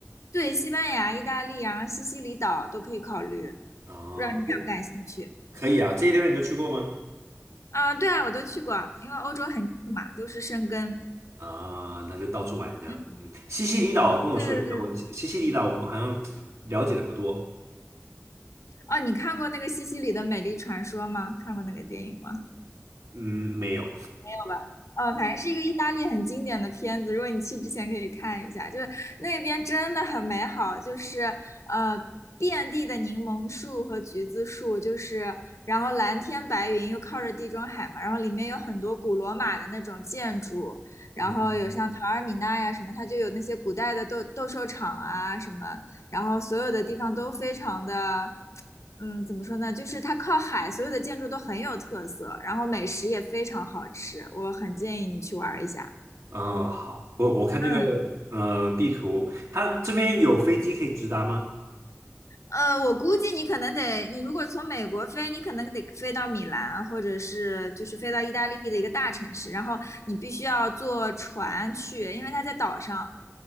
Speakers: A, on the left; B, on the right.
A: 对，西班牙、意大利，然后西西里岛都可以考虑，不知道你感不感兴趣？
B: 哦，那可以啊，这些地方你都去过吗？
A: 啊、对啊，我都去过，因为欧洲很近嘛，都是生根。
B: 啊、那就到处玩这样。
A: 嗯，
B: 嗯，西西里岛跟我说一下，
A: 对对对。
B: 我西西里岛我好像了解的不多。
A: 哦，你看过那个西西里的美丽传说吗？看过那个电影吗？
B: 嗯，没有。
A: 没有吧？哦，反正是一个意大利很经典的片子，如果你去之前可以看一下，就是那边真的很美好，就是呃遍地的柠檬树和橘子树，就是然后蓝天白云又靠着地中海嘛，然后里面有很多古罗马的那种建筑，然后有像陶尔米纳呀什么，
B: 嗯
A: 它就有那些古代的斗斗兽场啊什么，然后所有的地方都非常的，嗯，怎么说呢？就是它靠海，所有的建筑都很有特色，然后美食也非常好吃，我很建议你去玩儿一下。
B: <laughs> 嗯，好，我我看这个
A: 嗯，
B: 呃地图，它这边有飞机可以直达吗？
A: 呃，我估计你可能得，你如果从美国飞，你可能得飞到米兰，或者是就是飞到意大利的一个大城市，然后你必须要坐船去，因为它在岛上。